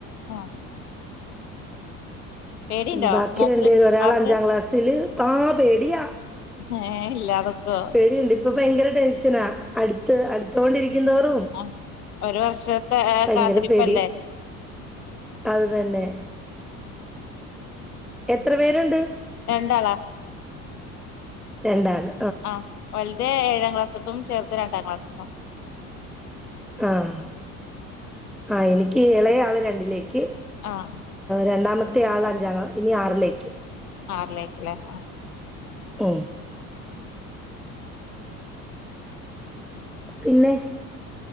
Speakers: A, on the left (about 75°); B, in the centre.
A: ആഹ് പേടിണ്ടോ
B: ബാക്കി
A: മോക്ക്
B: രണ്ടപേര് ഒരാൾ
A: ആക്ക്
B: അഞ്ചാം ക്ലാസ്സില് ആ പേടിയ
A: ഏഹ് ഇല്ലാതൊക്കോ
B: പേടിയുണ്ട് ഇപ്പൊ ഭയങ്കര ടെൻഷനാ അടുത്ത് അടുത്തൊണ്ടിരിക്ക തോറും
A: ആഹ് ഒരു വർഷത്തെ
B: ഭയങ്കര
A: കാത്തിരിപ്പല്ലേ
B: പേടിയ അത് തന്നെ എത്ര പേരുണ്ട്
A: രണ്ടാളാ
B: രണ്ടാണ്
A: ആഹ വ ത് ഏഴാം ക്ലാസ്സക്കും ചേർത് രണ്ടാം ക്ലാസ്സക്കും
B: ആഹ ആ എനിക്ക് ഇളയ ആള് രണ്ടിലേക്ക്
A: ആഹ്
B: രണ്ടാമത്തെ ആളാഞ്ചാക്ലാസ്സിലേക്ക് ഇനി ആറിലേക്ക്
A: ആറിലേക്ക് ലെ ആ
B: ഏ പിന്നെ